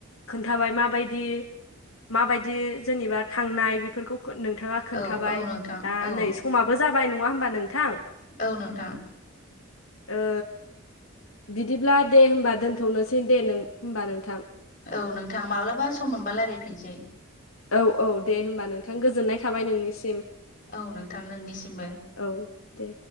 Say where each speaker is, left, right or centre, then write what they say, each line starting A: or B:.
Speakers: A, on the left (about 70°); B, on the left (about 35°).
A: खोन्थाबाय माबायदि माबायदि जेनेबा थांनाय बेफोरखौ नोंथाङा खोन्थाबाय
B: औ औ नोंथां
A: दा
B: औ
A: नै समाबो जाबाय नङाहोम होमबा नोंथां
B: औ नोंथां
A: ओ बिदिब्ला दे होनबा दोनथ'नोसै दे होमबा नोंथां
B: औ नोंथां माब्लाबा सम मोनबा रायलायफिनसै।
A: औ औ दे होमबा नोंथां गोजोननाय थाबाय नोंनिसिम
B: औ नोंथां नोंनिसिमबो
A: औ दे